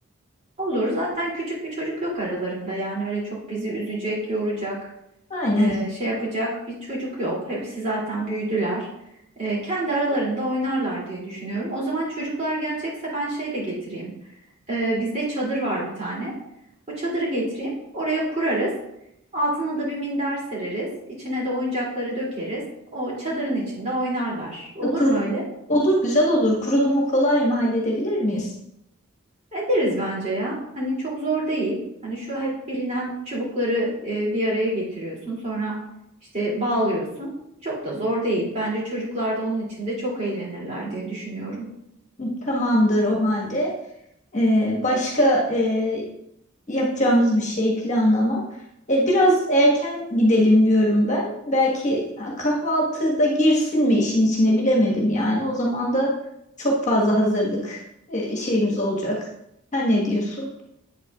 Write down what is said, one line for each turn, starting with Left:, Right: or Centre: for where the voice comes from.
Right: Olur zaten küçük bir çocuk yok aralarında yani öyle çok bizi üzecek, yoracak,
Left: Aynen.
Right: e, şey yapacak bir çocuk yok. Hepsi zaten büyüdüler. E, kendi aralarında oynarlar diye düşünüyorum. O zaman çocuklar gelecekse ben şey de getireyim. E, bizde çadır var bir tane. O çadırı getireyim. Oraya kurarız. Altına da bir minder sereriz. İçine de oyuncakları dökeriz. O çadırın içinde oynarlar. Olur
Left: Ha, Kuru,
Right: mu öyle?
Left: olur güzel olur. Kurulumu kolay mı halledebilir miyiz?
Right: Ederiz bence ya. Hani çok zor değil. Hani şu hep bilinen çubukları e, bir araya getiriyorsun. Sonra işte bağlıyorsun. Çok da zor değil. Bence çocuklar da onun içinde çok eğlenirler diye düşünüyorum.
Left: Tamamdır o halde. E, başka e, yapacağımız bir şey planlama. E, biraz erken gidelim diyorum ben. Belki ha, kahvaltıda girsin mi işin içine bilemedim yani. O zaman da çok fazla hazırlık e, şeyimiz olacak. Sen ne diyorsun?